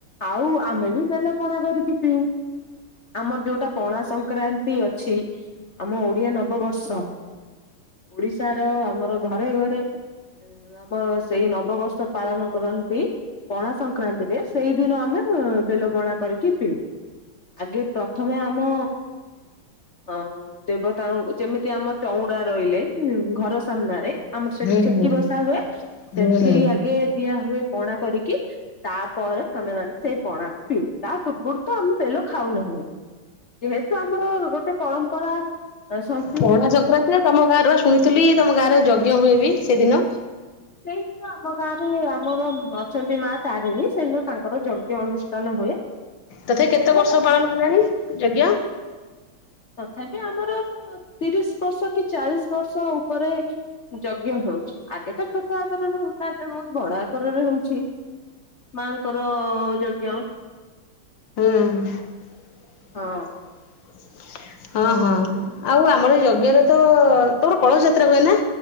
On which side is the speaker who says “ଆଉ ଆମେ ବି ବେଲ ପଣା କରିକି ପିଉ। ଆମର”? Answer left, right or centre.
Left